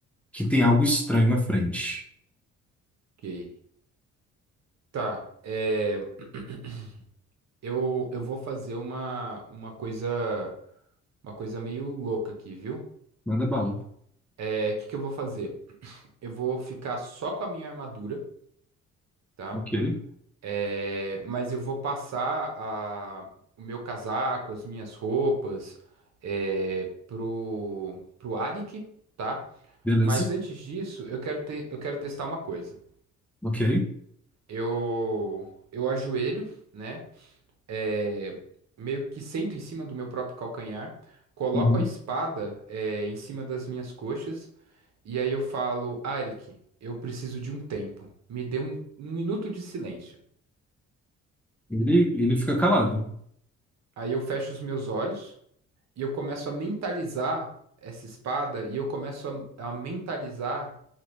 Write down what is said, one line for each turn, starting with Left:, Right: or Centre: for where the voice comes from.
Centre: que tem algo estranho à frente.
Right: ok. Tá, é, <clears throat> eu, eu vou fazer uma, uma coisa uma coisa meio louca aqui, viu?
Centre: Manda bala.
Right: É, o que que eu vou fazer? Eu vou ficar só com a minha armadura, tá?
Centre: Ok,
Right: É, mas eu vou passar a, o meu casaco, as minhas roupas, é, pro, pro Arik, tá?
Centre: beleza.
Right: Mas antes disso, eu quero, te, eu quero testar uma coisa.
Centre: Ok.
Right: Eu, eu ajoelho, né? é, meio que sento em cima do meu próprio calcanhar, coloco
Centre: Uhum.
Right: a espada, é, em cima das minhas coxas, e aí eu falo, Arik, eu preciso de um tempo. Me dê um, um minuto de silêncio.
Centre: Ele, ele fica calado.
Right: Aí eu fecho os meus olhos e eu começo a mentalizar essa espada e eu começo a, a mentalizar